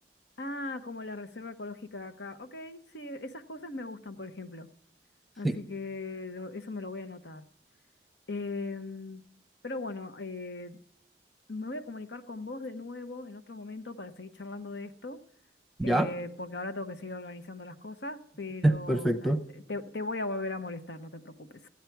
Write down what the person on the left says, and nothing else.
Ah, como la reserva ecológica de acá. Ok, sí, esas cosas me gustan, por ejemplo. Así
que lo- eso me lo voy a anotar. Em, pero bueno, eh, Me voy a comunicar con vos de nuevo en otro momento para seguir charlando de esto,
eh, porque ahora tengo que seguir organizando las cosas, pero
eh, te, te voy a volver a molestar, no te preocupes.